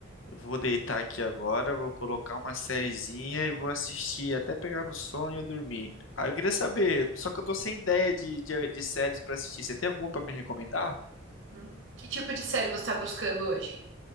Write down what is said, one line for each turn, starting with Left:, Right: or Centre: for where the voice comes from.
Left: eu vou deitar aqui agora, vou colocar uma sériezinha e vou assistir até pegar no sono e eu dormir. Aí eu queria saber, só que eu tô sem ideia de, de, de séries pra assistir, você tem alguma pra me recomendar?
Right: Hum, Que tipo de série você tá buscando hoje?